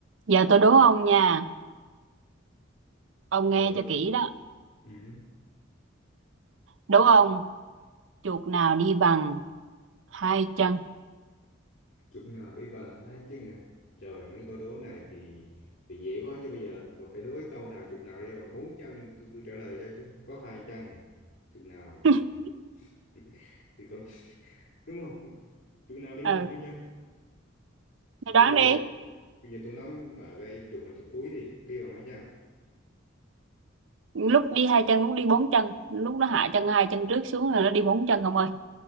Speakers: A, on the right (about 70°); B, on the left (about 65°).
A: Giờ tôi đố ông nha, ông nghe
B: Cái đứa
A: cho kỹ đó.
B: ừ.
A: Đố ông, chuột nào đi bằng hai chân?
B: Chúng là bí vần hai chứ nhỉ Trời mấy câu đố này thì thì dễ quá chứ bây giờ mà phải đố cái câu nào chục nào đây bằng bốn chân tôi, tôi trả lời cho chứ có hai chân chục nào còn-
A: <laughs>
B: <laughs> thì còn đúng không chục nào đi
A: Ừ,
B: bằng hai chân
A: mày đoán
B: chứ bây
A: đi.
B: giờ bây giờ tôi nói mà cái chục mà chục túi đi đi bằng mấy chân
A: Lúc đi hai chân, lúc đi bốn chân, lúc nó hạ chân hai chân trước xuống rồi nó đi bốn chân ông ơi.